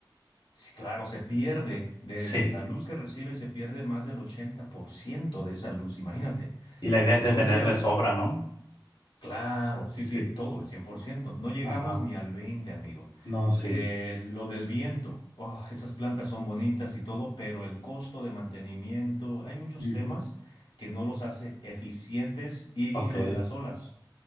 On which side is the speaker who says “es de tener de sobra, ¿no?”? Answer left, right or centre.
Left